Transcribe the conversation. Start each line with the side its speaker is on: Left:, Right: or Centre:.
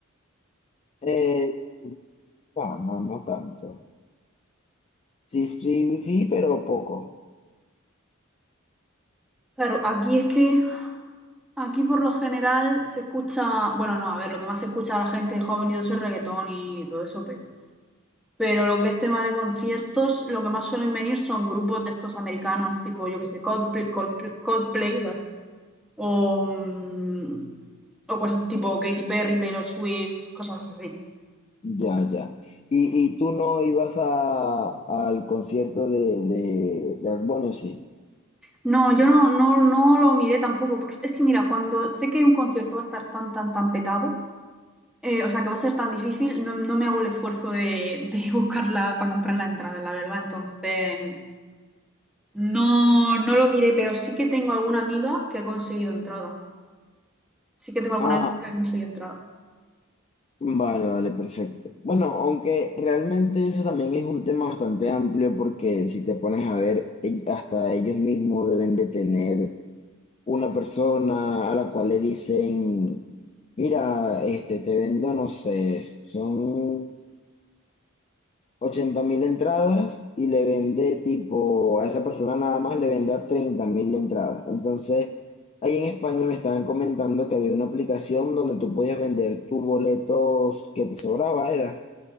Left: Eh, no, no, no tanto. Sí, sí, sí, pero poco.
Centre: Claro, aquí es que, aquí por lo general se escucha, bueno, no, a ver, lo que más se escucha a la gente joven y todo eso es reggaetón y todo eso, pero Pero lo que es tema de conciertos, lo que más suelen venir son grupos de estos americanos, tipo, yo que sé, Coldplay, Coldplay, Coldplay, ¿verdad? o, mm, o cosas tipo Katy Perry, Taylor Swift, cosas así.
Left: Ya, ya. ¿Y, y tú no ibas a, al concierto de, de, de Bad sí?
Centre: No, yo no, no, no lo miré tampoco. porque Es que mira, cuando sé que un concierto va a estar tan, tan, tan petado, eh, o sea, que va a ser tan difícil, no, no me hago el esfuerzo de, de <laughs> buscarla para comprar la entrada, la verdad. Entonces, no, no lo miré, pero sí que tengo alguna amiga que ha conseguido entrada. Sí que tengo alguna
Left: Ah,
Centre: amiga que no estoy entrada.
Left: vale, vale, perfecto. Bueno, aunque realmente eso también es un tema bastante amplio porque si te pones a ver, e- hasta ellos mismos deben de tener una persona a la cual le dicen, mira, este, te vendo, no sé, son... ochenta mil entradas y le vende tipo a esa persona nada más le vende a 30 mil entradas. Entonces, ahí en España me estaban comentando que había una aplicación donde tú podías vender tus boletos que te sobraba, era.